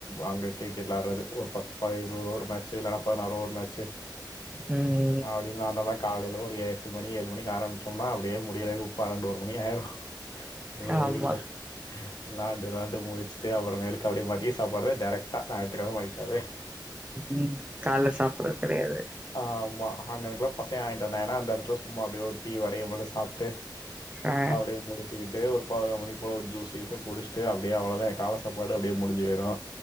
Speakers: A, on the left; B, on the right.
A: அங்க கிரிக்கெட்லாட்றது ஒரு பத்து பதி இருபதோரு மேட்ச்சு இல்லன்னா பதினாறு ஒரு மேட்ச்சு
B: ம்
A: அப்டின்லான்டோனா காலைல ஒரு எட்டு மணி ஏழு மணிக் ஆரமிச்சோம்னா அப்டியே முடியிறக்கு பன்னெண்டு ஒரு மணியாயிரு அப்டியே வெயில்ல
B: ஆமா
A: லாண்டு லாண்டு முடிச்சிட்டு அப்புறமேலுக்கு அப்டே மதிய சாப்பாடுதா டேரக்ட் தா நாயித்துக் கெழம ஆயிட்டாவே
B: ம் கால்ல சாப்புட்றது கெடையாது
A: ஆமா அங்கனுகுல்ல பசங்க வாயின்ட்டு வந்தாங்னா அந்தெடத்துல சும்மா அப்டியே ஒரு டீயு வடையு போல சாப்ட்டு
B: ஆ
A: அப்டியே முடிச்சிக்கிட்டு ஒரு பதினோரு மணி போல ஒரு ஜூஸ் ஜூச குடிஷ்ட்டு அப்டியே அவ்ளோதா என் கால சாப்பாடு அப்டியே முடிஞ்சி பொய்ரு